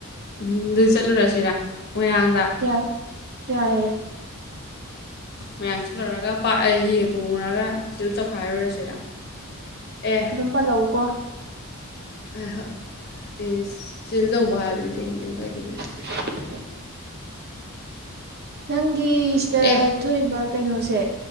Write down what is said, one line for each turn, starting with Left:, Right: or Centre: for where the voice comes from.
Left: ꯑꯝ ꯑꯗꯨ ꯆꯠꯂꯨꯔꯥꯁꯤꯔ ꯃꯣꯏꯔꯥꯡꯗ
Right: ꯌꯥꯏ ꯌꯥꯏꯌꯦ
Left: ꯃꯣꯏꯔꯥꯡ ꯆꯠꯂꯨꯔꯒ ꯄꯥꯛꯑꯦ ꯍꯤ ꯇꯣꯡꯉꯨꯔꯒ ꯆꯤꯜ ꯇꯧꯈꯥꯏꯔꯨꯔꯁꯤꯔ ꯑꯦ
Right: ꯄꯥ ꯂꯧ ꯀꯣ
Left: ꯍꯣꯢ ꯍꯣꯏ ꯏꯁ ꯆꯤꯜ ꯇꯧꯕ ꯍꯥꯏꯕꯅꯤ ꯀꯩꯅꯣ ꯀꯩꯝ ꯀꯥꯏꯗꯦ ꯀꯩꯅꯣ
Right: <inaudible> ꯅꯪꯒꯤ ꯁꯤꯗ
Left: ꯑꯦ
Right: ꯊꯣꯛꯏꯕ ꯀꯩꯅꯣꯁꯦ